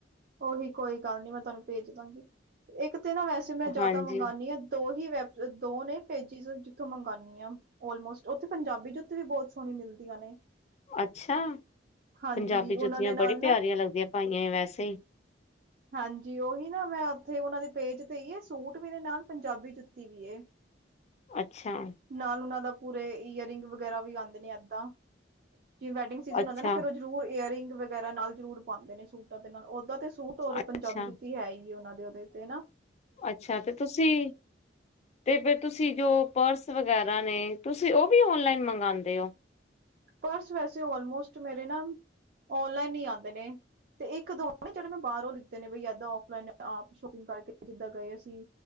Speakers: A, on the right; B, on the left.
A: ਓਹੀ ਕੋਈ ਗੱਲ ਨੀ, ਮੈਂ ਤੁਹਾਨੂੰ ਭੇਜ ਦਾਂਗੀ। ਇੱਕ ਤੇ ਨਾ ਵੈਸੇ ਮੈਂ ਜ਼ਿਆਦਾ
B: ਹਾਂਜੀ
A: ਮੰਗਉਣੀ ਹਾਂ। ਦੋ ਹੀ ਵੈਬ, ਦੋ ਨੇ ਪੇਜਿਸ ਜਿੱਥੋਂ ਮੰਗਵਾਣੀ ਆ। ਓਲਮੋਸਟ ਉੱਥੇ ਪੰਜਾਬੀ ਜੁੱਤੀ ਵੀ ਬਹੁਤ ਸੋਹਣੀ ਮਿਲਦੀਆਂ ਨੇ।
B: ਅੱਛਾ।
A: ਹਾਂਜੀ
B: ਪੰਜਾਬੀ ਜੁੱਤੀਆਂ
A: ਉਹਨਾਂ ਦੇ ਨਾਲ
B: ਬੜੀ
A: ਨਾ
B: ਪਿਆਰੀਆਂ ਲੱਗਦੀਆਂ ਪਾਈਆਂ ਵੈਸੇ ਹੀ।
A: ਹਾਂਜੀ, ਉਹੀ ਨਾ ਮੈਂ ਉੱਥੇ ਉਹਨਾਂ ਦੇ ਪੇਜ ਤੇ ਹੀ ਸੂਟ ਵੀ ਨੇ ਨਾਲ ਪੰਜਾਬੀ ਜੁੱਤੀ ਵੀ ਏ।
B: ਅੱਛਾ।
A: ਨਾਲ ਉਹਨਾਂ ਦਾ ਪੂਰੇ ਈਅਰਿੰਗ ਵਗੈਰਾ ਵੀ ਆਂਦੇ ਨੇ ਏਦਾਂ। ਜਿਵੇਂ ਵੈਡਿੰਗ ਸੀਜਨ
B: ਅੱਛਾ
A: ਆਂਦਾ ਨਾ ਫਿਰ ਜ਼ਰੂਰ ਏਅਰਿੰਗ ਵਗੈਰਾ ਨਾਲ ਜ਼ਰੂਰ ਪਾਂਦੇ ਨੇ ਸੂਟਾਂ ਦੇ ਨਾਲ ਓਦਾਂ ਤੇ ਸੂਟ ਹੋਰ
B: ਅੱਛਾ
A: ਪੰਜਾਬੀ ਜੁੱਤੀ ਹੈ ਹੀ ਏ ਉਹਨਾ ਦੇ ਉਹਦੇ ਤੇ ਨਾ
B: ਅੱਛਾ ਤੇ ਤੁਸੀਂ ਤੇ ਫੇਰ ਤੁਸੀਂ ਜੋ ਪਰਸ ਵਗੈਰਾ ਨੇ ਤੁਸੀਂ ਉਹ ਵੀ ਓਨਲਾਈਨ ਮੰਗਵਾਉਦੇ ਹੋ।
A: ਪਰਸ ਵੈਸੇ ਓਲਮੋਸਟ ਮੇਰੇ ਨਾ ਔਨਲਾਈਨ ਹੀ ਆਂਦੇ ਨੇ। ਤੇ ਇੱਕ ਦੋ ਨੇ ਜਿਹੜੇ ਮੈਂ ਬਾਹਰੋਂ ਲਿੱਤੇ ਨੇ ਬਈ ਏਦਾਂ ਫਲਾਈਨ, ਆਪ ਸ਼ੋਪਿੰਗ ਕਰਕੇ ਜਿੱਦਾਂ ਗਏ ਅਸੀਂ।